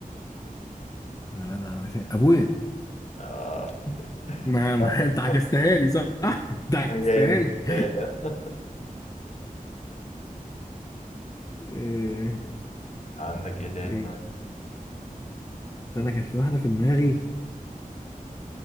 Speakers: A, on the left; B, on the left.
A: ولاد عمتي ابويا
B: آه <laughs>
A: ما, ما انت عكستها
B: برضه
A: لي صح <laughs> انت عكستها
B: هي هي اللي أنت
A: لي
B: قلتها
A: <laughs>
B: لي، ها؟
A: إيه،
B: عندك إيه تاني
A: إيه،
B: طيب؟
A: استنى كان في واحده في دماغي